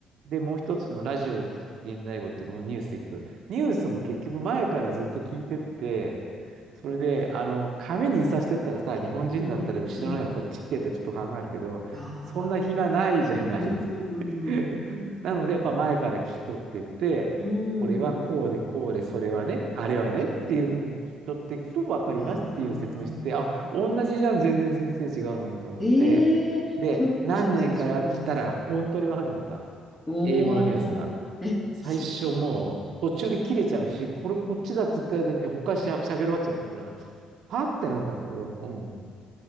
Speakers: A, on the right; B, on the left.
A: で、もう一つのラジオ現代語っていうのもニュースいく。ニュースも結局前からずっと聞いてって、それで、あの、紙に印刷してったらさ、日本人だったら後ろの方がこっち来てってちょっと考えるけど、
B: うんうん。ああ、
A: そんな暇ないじゃない。
B: うんうんうん
A: <laughs> なので、やっぱ前から聞き取ってって、
B: うん。うん。
A: これはこうでこうで、それはね、あれはねっていうふうに聞き取っていくと分かりますっていう説明してて、
B: ああ。
A: あ、同じじゃん、全然先生違うのにと思って、
B: ええそっか、
A: で、何年かやったら本当に分かるようになった。
B: 先生違うのに。おお、
A: 英語のニュースが。
B: え、
A: 最初もう途中で切れちゃうし、
B: すごい。
A: これこっちだって言った間に他しゃ、喋り終わっちゃってるから、はってなったんだけど、うん。っ